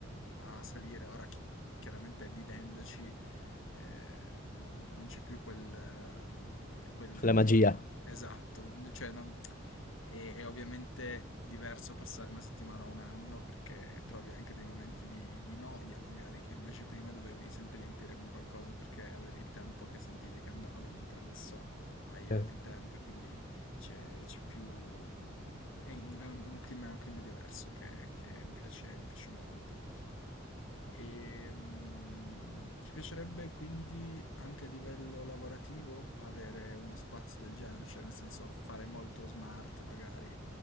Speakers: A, on the left; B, on the left.
A: a salire. Ora chi- chiaramente vivendoci eh, non, non c'è più quel, ehm, quel
B: La magia.
A: Esatto, cioè, non- è, è ovviamente diverso passare una settimana a un anno perché trovi anche dei momenti di, di noia magari che invece prima dovevi sempre riempire con qualcosa perché avevi il tempo che sentivi che andava, mentre adesso hai,
B: Eh,
A: hai più tempo e quindi c'è, c'è più... mh, È un, è un- è un clima, è un clima diverso che, che mi piace, mi piace molto. E, mh, ti piacerebbe quindi anche a livello lavorativo avere uno spazio del genere, cioè nel senso fare molto smart magari